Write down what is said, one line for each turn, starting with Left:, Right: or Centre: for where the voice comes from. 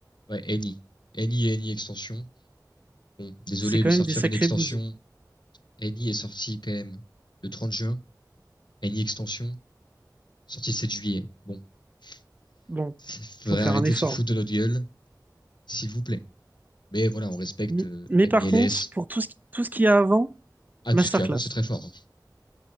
Left: ouais, Eni. Eni et Eni extension. Bon, désolé,
Right: C'est quand
Left: mais
Right: même
Left: sortir
Right: des sacrées
Left: une extension,
Right: bouses.
Left: Eni est sorti quand même le 30 juin. Eni extension, sorti le 7 juillet. Bon, <laughs>
Right: Bon,
Left: faudrait
Right: faut faire
Left: arrêter
Right: un effort.
Left: de se foutre de notre gueule. s'il vous plaît. Mais voilà, on respecte
Right: M-
Left: euh,
Right: Mais
Left: MILS.
Right: par contre, pour tout ce, qui- tout ce qu'il y a avant,
Left: Ah,
Right: masterclass.
Left: tout ce qui est avant, c'est très fort. hein.